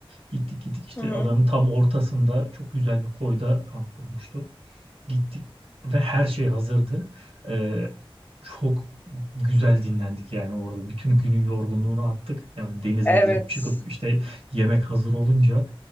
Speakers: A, on the right (about 85°); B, on the left (about 20°).
A: Gittik gittik işte
B: Hı hı.
A: adanın tam ortasında çok güzel bir koyda kamp kurmuştu. Gittik ve her şey hazırdı. Ee, çok güzel dinlendik yani orada. Bütün günün yorgunluğunu attık. Hemen denize
B: Evet.
A: girip çıkıp işte yemek hazır olunca